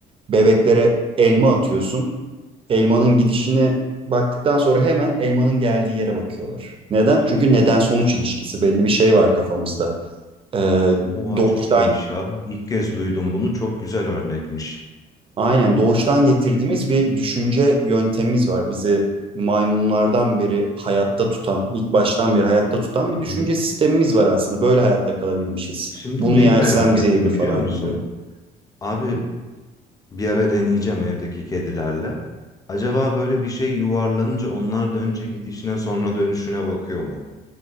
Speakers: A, on the right; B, on the left.
A: bebeklere elma atıyorsun. Elmanın gidişini baktıktan sonra hemen elmanın geldiği yere bakıyorlar. Neden? Çünkü neden sonuç ilişkisi. Belli bir şey var kafamızda. Ee,
B: Oha
A: doğuştan
B: çok iyiymiş ya. İlk kez duydum bunu. Çok güzel örnekmiş.
A: Aynen doğuştan getirdiğimiz bir düşünce yöntemimiz var. Bizi maymunlardan beri hayatta tutan, ilk baştan beri hayatta tutan bir
B: Hı
A: düşünce
B: hı.
A: sistemimiz var aslında. Böyle hayatta kalabilmişiz.
B: Şimdi
A: Bunu
B: neyi
A: yersem
B: merak ettim
A: zehirli falan
B: biliyor musun?
A: gibi.
B: Abi Bir ara deneyeceğim evdeki kedilerle. Acaba böyle bir şey yuvarlanınca onlar da önce gidişine sonra dönüşüne bakıyor mu?